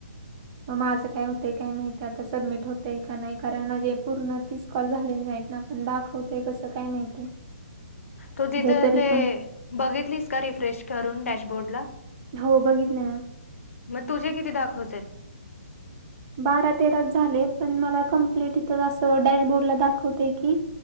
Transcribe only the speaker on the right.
म माझं काय होतंय काय माहिती आता सबमिट होतय का नाई कारण माझे पूर्ण तीस कॉल झालेली नाहीत ना पण दाखवते कसं काय माहिती.
जर तरी
पण
हो बघितले.
बारा तेराच झाले पण मला कंप्लीट इथं आसं डॅशबोर्डला दाखवतंय की